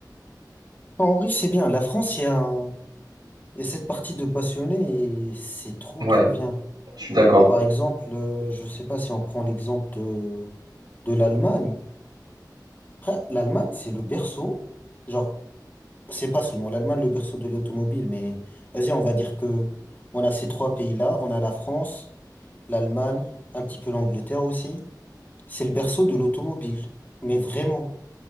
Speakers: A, on the left; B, on the right.
A: En vrai, c'est bien. La France, il y a un- il y a cette partie de passionnés et c'est trop,
B: Ouais,
A: trop bien.
B: je suis d'accord.
A: Par exemple, euh, je sais pas si on prend l'exemple de, de l'Allemagne. Après, l'Allemagne, c'est le berceau. Genre, c'est pas seulement l'Allemagne le berceau de l'automobile, mais vas-y, on va dire que on a ces trois pays-là. On a la France. l'Allemagne, un petit peu l'Angleterre aussi. C'est le berceau de l'automobile, mais vraiment.